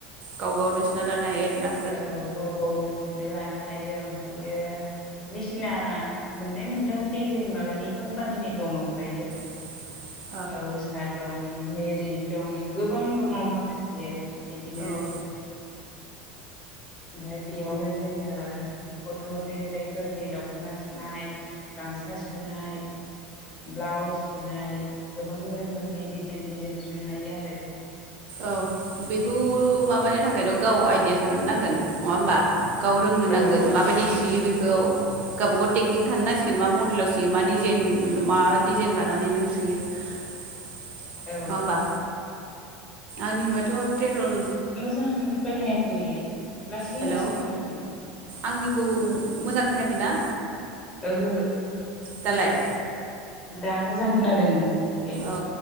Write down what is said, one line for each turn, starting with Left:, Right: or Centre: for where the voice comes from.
Right: गाव गावनो सुना लानो हायो आरो ना।
Left: औ गाव गावनो सुना लानो हायो ओमफ्रायो मेसिना मोननै मोनथाम दिडिजाइन माबानि कम्पानिनि दं ओमफयो
Right: <inaudible>
Left: औसा दं मेरि दं गोबां दङ माखासे। बिदिनो
Right: औ
Left: ओमफफ्राय बेयावनो जोङो गथ' उन्दै उन्दैफोरनि दख'ना सुनाय गामसा सुनाय ब्लाउस सुनाय गोबां रोखोमनि डिजाइन डिजाइन सुनो हायो आरो।
Right: औ बेखौ माबानो थाखायथ' गाव आइडिया थानो नांगोन नङा होमबा? गाव रोंनो
Left: औ
Right: नांगोन
Left: औ
Right: माबायदि सुयो बेखौ। गावबाागाव टेकनिक थानो नांसिगोन मा मडेलाव सुयो मा डिजाइन मा डिजाइन लानानै नों सुयो। नंङा
Left: औ
Right: होनबा? आंनिबाथ' तेरल
Left: मोजां खोनायाखै लासै
Right: हेलौ
Left: लासै खोनाफैदों
Right: आंनिखौ मोजां खोनायाखै ना?
Left: ओहो
Right: दालाय
Left: दा मोजां खोनादों दे
Right: औ